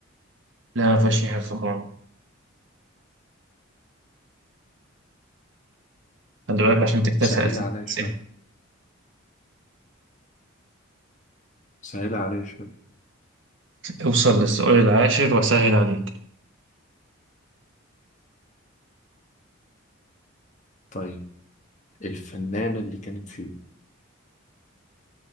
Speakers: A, on the right; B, on the left.
A: لا مفيهاش حاجة فقران خلي بالك عشان تكتسب
B: سهل
A: سألت
B: عليا شوية
A: أسئلة
B: سهل عليا شوية
A: اوصل للسؤال العاشر وأسهل عليك
B: طيب الفنانة اللي كانت فيه